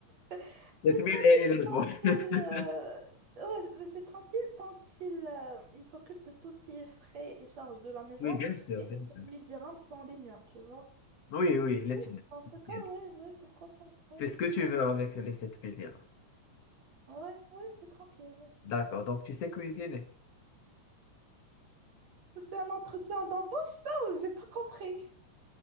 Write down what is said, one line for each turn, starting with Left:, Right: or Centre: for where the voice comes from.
Right: <laughs> C'est
Left: Sept
Right: tranquille
Left: mille et il est
Right: tant
Left: beau. <laughs>
Right: qu'il... euh, ouais, mais c'est tranquille tant qu'il euh, il s'occupe de tout ce qui est frais et charges de la maison.
Left: Oui, bien sûr,
Right: Et
Left: bien
Right: les
Left: sûr.
Right: 7000 dirhams sont les miens, tu vois.
Left: Oui, oui, les
Right: Oui,
Left: tiens.
Right: dans ce
Left: les
Right: cas,
Left: tiens.
Right: ouais, ouais, pourquoi pas. Ouais,
Left: Fais ce que tu
Right: ouais,
Left: veux avec les sept mille dirhams.
Right: ouais, ouais, c'est tranquille, ouais.
Left: D'accord, donc tu sais cuisiner.
Right: <laughs> C'est un entretien d'embauche, ça, ou j'ai pas compris.